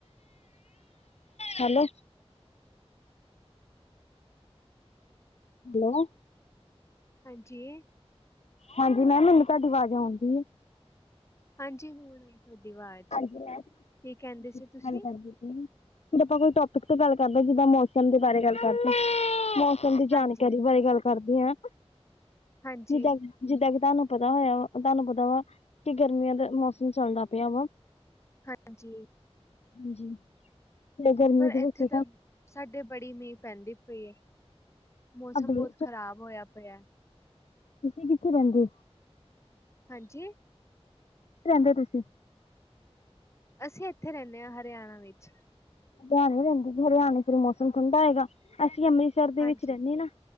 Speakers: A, on the left (about 75°); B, on the left (about 25°).
A: ਹੈਲੋ, ਹੈਲੋ,
B: ਹਾਂਜੀ,
A: ਹਾਂਜੀ, ਮੈਮ ਮੈਨੂੰ ਤੁਹਾਡੀ ਆਵਾਜ਼ ਆਦੀ ਆ।
B: ਹਾਂਜੀ, ਹੁਣ ਆਈ ਤੁਹਾਡੀ ਆਵਾਜ਼
A: ਹਾਂਜੀ,
B: ਕੀ ਕਹਿੰਦੇ ਸੀ ਤੁਸੀਂ
A: ਗੱਲ ਕਰਦੇ ਸੀ। ਫੇਰ ਆਪਾਂ ਕੋਈ ਟੋਪਿਕ ਤੇ ਗੱਲ ਕਰਦੇ ਆ, ਜਿੱਦਾਂ ਮੌਸਮ ਦੇ ਬਾਰੇ ਗੱਲ ਕਰਦੇ ਹਾ। ਦੀ ਜਾਣਕਾਰੀ
B: ਹਾਂਜੀ
A: ਬਾਰੇ ਗੱਲ ਕਰਦੀ ਹਾਂ
B: ਹਾਂਜੀ
A: ਜਿੱਦਾਂ। ਜਿੱਦਾਂ ਕਿ ਤੁਹਾਨੂੰ ਪਤਾ ਹੋਇਆ, ਵਾ ਤੁਹਾਨੂੰ ਪਤਾ ਵਾ ਕਿ ਗਰਮੀਆਂ ਦਾ ਮੌਸਮ ਚੱਲਦਾ ਪਿਆ ਵਾ
B: ਹਾਂਜੀ
A: ਹਾਂਜੀ ਤੇ ਗਰਮੀ
B: ਪਰ
A: ਦੇ
B: ਇੱਥੇ
A: ਵਿੱਚ
B: ਤਾਂ, ਸਾਡੇ ਬੜੀ ਮੀਂਹ ਪੈਂਦੀ ਪਈ, ਮੌਸਮ
A: ਅਗਲੇ
B: ਬਹੁਤ ਖ਼ਰਾਬ ਹੋਇਆ ਪਿਆ।
A: ਤੁਸੀ ਕਿਥੇ ਰਹਿੰਦੇ?
B: ਹਾਂਜੀ,
A: ਰਹਿੰਦੇ ਤੁਸੀਂ,
B: ਅਸੀਂ ਇੱਥੇ ਰਹਿੰਦੇ ਹਾਂ ਹਰਿਆਣਾ ਵਿੱਚ
A: ਹਰਿਆਣੇ ਰਹਿੰਦੇ ਸੀ, ਹਰਿਆਣੇ ਚਿਰ ਮੌਸਮ ਠੰਡਾ ਹੈਗਾ ਅਸੀਂ ਅਮ੍ਰਿਤ ਅੰਮਿਤਸਰ
B: ਹਾਂਜੀ
A: ਵਿੱਚ ਰਹਿੰਦੇ, ਨਾ